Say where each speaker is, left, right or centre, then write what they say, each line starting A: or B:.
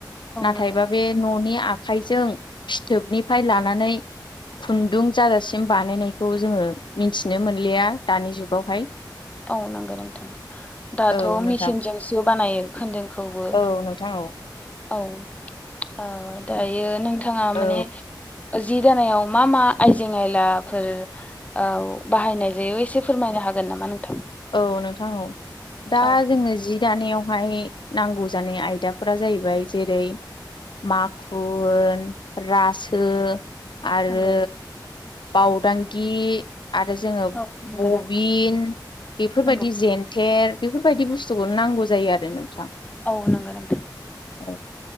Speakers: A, on the left; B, on the left.
A: औ
B: नाथायबा
A: नांगोन
B: बे न'नि आग खाइजों फिथोबनिफ्राय लानानै खुन्दुं जाजासिम बानायनाय खौ जोङो मिनथिनो मोनलिया दानि जुगावहाय
A: औ नंगौ नोंथां दाथ'
B: औ नोंथां
A: मिसिनजोंसो बानायो खोनदोंखौबो
B: औ नोंथां औ
A: औ ओ दायो नोंथाङा माने
B: औ
A: जि दानायाव मा मा आइजें आयलाफोर औव बाहायनाय जायो एसे फोरमायनो हाग गोन नामा नों
B: औ नोंथां औ दा
A: औ
B: जोंनो जि दानायावहाय नांगौ जानाय आयदाफोरा जाहैबाय जेरै माखुन रासो आरो
A: नंगौ
B: बावदांगि आरो जोङो
A: औ नंगौ
B: बबिन
A: नोंथां
B: बेफोरबायदि
A: नंगौ
B: जेन्थे थेर बेफोरबायदि बुस्थुखौनो नांगौ जायो आरो नोंथां।
A: औ नंगौ नोंथां।
B: औ